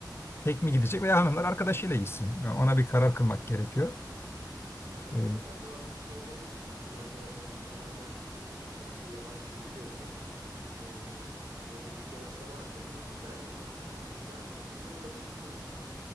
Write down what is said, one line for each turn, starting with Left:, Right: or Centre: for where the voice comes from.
Left: Tek mi gidecek veya hanımlar arkadaşıyla gitsin. Yani Ona bir karar kılmak gerekiyor.
Right: Yani
Left: E,
Right: o da her zaman mümkün olmadığı için hani sen de be- beraber gittiğin zaman başka bir amaçla da gidiyor olsan e, ve bir ihtiyaç da varsa girdiler mi artık abi bir saat peşinde dolaşırsın orada.